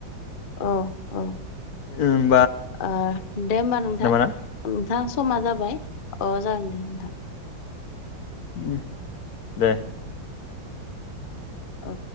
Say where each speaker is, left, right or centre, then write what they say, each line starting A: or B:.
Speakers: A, on the left; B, on the left.
A: अ अ
B: ओम
A: ओ दे होमबा नोंथां
B: ना?
A: नोंथां समा जाबाय। अ जागोन दे नोंथां।
B: उम दे
A: औ